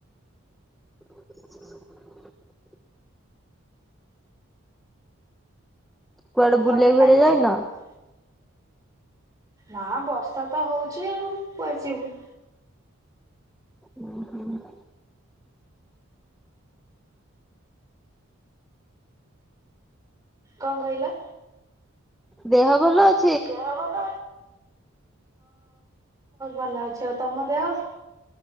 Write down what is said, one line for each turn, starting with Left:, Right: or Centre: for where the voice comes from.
Centre: <inaudible> କୁଆଡେ
Right: ତମେ
Centre: ବୁଲିବାକୁ
Right: ଖାଇ
Centre: ଫୁଲିବାକୁ
Right: ସାରିଲଣି?
Centre: ଯାଇନ?
Right: ନା ବର୍ଷା ତ ହଉଛି ଆଉ କୁଆଡେ ଯିବୁ।
Centre: ହୁଁ ହୁଁ।
Right: କଣ କହିଲ?
Centre: ଦେହ ଭଲ ଅଛି?
Right: ହଁ ବହୁତ ଭଲ ଅଛି ଆଉ ତମ ଦେହ?